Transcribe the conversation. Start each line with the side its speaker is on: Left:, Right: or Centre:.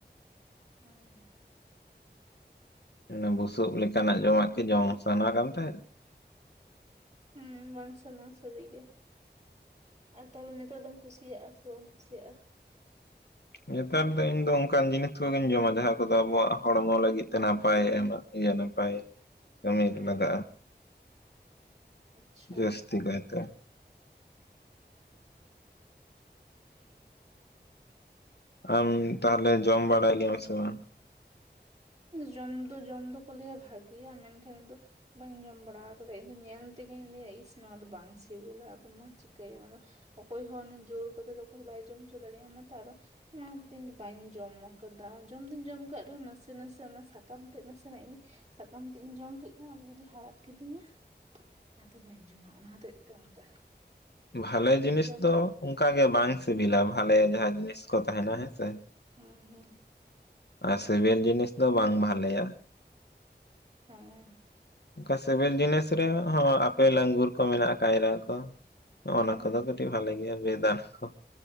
Right: ᱦᱮ,
Left: ᱚᱱᱟ ᱵᱩᱥᱩᱵ ᱞᱮᱠᱟᱱᱟᱜ ᱡᱚᱢᱟᱜ ᱠᱤ ᱡᱚᱢ ᱥᱟᱱᱟ ᱠᱟᱱ ᱛᱟᱦᱮᱜ,
Right: ᱦᱩᱸ ᱵᱟᱝ ᱥᱟᱱᱟᱣᱟ ᱥᱟᱹᱨᱤ ᱜᱮ᱾ ᱟᱨ ᱛᱟᱦᱞᱮ ᱱᱤᱛᱚᱜ ᱫᱚᱢ ᱠᱩᱥᱤᱭᱟᱜᱼᱟ ᱥᱮ ᱵᱟᱢ ᱠᱩᱥᱤᱭᱟᱜᱼᱟ᱾
Left: ᱱᱮᱛᱟᱨ ᱫᱚ ᱤᱧ ᱫᱚ ᱚᱱᱠᱟᱱ ᱡᱤᱱᱤᱥ ᱠᱚᱜᱤᱧ ᱡᱚᱢᱟ ᱡᱟᱦᱟᱸ ᱠᱚᱫᱚ ᱟᱵᱚᱣᱟᱜ ᱦᱚᱲᱢᱚ ᱞᱟᱹᱜᱤᱫ ᱛᱮ ᱱᱟᱯᱟᱭᱮ ᱮᱢᱟ᱾ ᱤᱭᱟᱹ ᱱᱟᱯᱟᱭ ᱠᱟᱹᱢᱤ ᱨᱮ
Right: ᱦᱮᱸ
Left: ᱞᱟᱜᱟᱜᱼᱟ
Right: ᱟᱪᱪᱷᱟ
Left: ᱡᱟᱹᱥᱛᱤ ᱠᱟᱭᱛᱮ᱾ ᱟᱢ ᱛᱟᱦᱞᱮ ᱡᱚᱢ ᱵᱟᱲᱟᱭ ᱜᱮᱭᱟᱢ ᱥᱮ ᱵᱟᱝ?
Right: ᱡᱚᱢ ᱫᱚ ᱡᱚᱢ ᱫᱚᱠᱚ ᱞᱟᱹᱭᱟ ᱵᱷᱟᱜᱮᱭᱟ ᱢᱮᱱᱠᱷᱟᱱ ᱤᱧ ᱫᱚ ᱵᱟᱹᱧ ᱡᱚᱢ ᱵᱟᱲᱟ ᱟᱠᱟᱫᱟ, ᱤᱧᱫᱚ ᱧᱮᱞ ᱛᱮᱜᱤᱧ ᱞᱟᱹᱭᱟ ᱤᱥ ᱱᱚᱣᱟ ᱫᱚ ᱵᱟᱝ ᱥᱤᱵᱤᱞᱟ, ᱟᱫᱚ ᱢᱟ ᱪᱤᱠᱟᱹᱭᱟᱢ ᱟᱫᱚ᱾ ᱚᱠᱚᱭ ᱦᱚᱸ ᱚᱱᱮ ᱡᱳᱨ ᱠᱟᱛᱮ ᱫᱚ ᱚᱠᱚᱭ ᱦᱚᱸ ᱵᱟᱭ ᱡᱚᱢ ᱚᱪᱚ ᱫᱟᱲᱮᱭᱟ ᱢᱟᱛᱚ ᱟᱫᱚ ᱚᱱᱟ ᱠᱷᱟᱛᱤᱨ ᱤᱧ ᱫᱚ ᱵᱟᱧ ᱡᱚᱢ ᱠᱟᱫᱟ, ᱡᱚᱢ ᱫᱩᱧ ᱡᱚᱢ ᱠᱟᱜ ᱨᱮᱦᱚᱸ ᱱᱟᱥᱮ ᱱᱟᱥᱮ ᱚᱱᱟ ᱥᱟᱠᱟᱢ ᱛᱮᱜ ᱱᱟᱥᱮ ᱱᱟᱜ ᱤᱧ ᱥᱟᱠᱟᱢ ᱛᱮᱜ ᱤᱧ ᱡᱚᱢ ᱠᱮᱫ ᱠᱷᱟᱱ ᱟᱫᱚ ᱡᱩᱫᱤ ᱦᱟᱲᱟᱫ ᱠᱤᱫᱤᱧᱟ᱾ ᱟᱫᱚ ᱵᱟᱹᱧ ᱡᱚᱢᱟ ᱚᱱᱟ ᱦᱚᱛᱮᱜ ᱛᱮ ᱚᱱᱠᱟ᱾
Left: ᱵᱷᱟᱞᱮ ᱡᱤᱱᱤᱥ
Right: ᱡᱚᱢ
Left: ᱫᱚ ᱚᱱᱠᱟᱜᱮ ᱵᱟᱝ ᱥᱤᱵᱤᱞᱟ ᱵᱷᱟᱞᱮ ᱡᱟᱸᱦᱟ ᱡᱤᱱᱤᱥ ᱠᱚ ᱛᱟᱦᱮᱱᱟ
Right: ᱦᱩᱸ
Left: ᱦᱮᱸᱥᱮ᱾
Right: ᱦᱩᱸ ᱦᱩᱸ᱾
Left: ᱟᱨ ᱥᱤᱵᱤᱞ ᱡᱤᱱᱤᱥ ᱫᱚ ᱵᱟᱝ ᱵᱷᱟᱞᱮᱭᱟ᱾
Right: ᱦᱮᱸᱻ
Left: ᱚᱱᱠᱟ ᱥᱤᱵᱤᱞ ᱡᱤᱱᱤᱥ ᱨᱮᱭᱟᱜ ᱦᱚᱸ ᱟᱯᱮᱞ ᱟᱹᱜᱩᱨ ᱠᱚ ᱢᱮᱱᱟᱜ ᱠᱟᱜ ᱠᱟᱭᱨᱟ ᱠᱚ ᱱᱚᱜᱱᱟ
Right: ᱦᱮᱸ
Left: ᱠᱚᱫᱚ ᱠᱟᱹ ᱠᱟᱹᱴᱤᱢ ᱵᱷᱟᱞᱮ ᱜᱮᱭᱟ ᱵᱮᱫᱟᱱᱟ ᱠᱚ